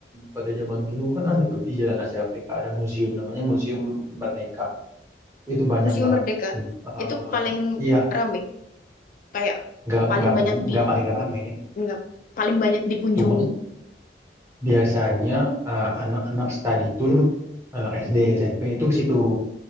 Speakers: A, on the right (about 15°); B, on the left (about 50°).
A: pada zaman dulu kan ada tuh di Jalan Asia Afrika ada museum namanya Museum Merdeka. Itu banyak
B: Museum
A: banget
B: Merdeka
A: tem- eh,
B: itu paling
A: iya
B: rame, kayak
A: nggak
B: paling
A: nggak paling
B: banyak di
A: nggak paling ramai.
B: nggak, paling banyak dikunjungi.
A: Cuman biasanya eh, anak-anak study tour anak SD SMP itu ke situ.